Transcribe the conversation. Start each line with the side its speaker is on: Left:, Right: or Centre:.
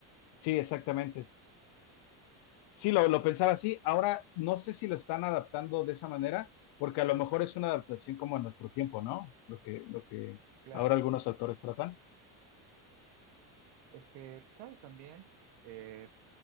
Left: Sí, exactamente. Sí, lo, lo pensaba así. Ahora no sé si lo están adaptando de esa manera, porque a lo mejor es una adaptación como a nuestro tiempo, ¿no? Lo que, lo que
Right: Claro.
Left: ahora algunos autores tratan.
Right: Es que, ¿sabes también? Eh,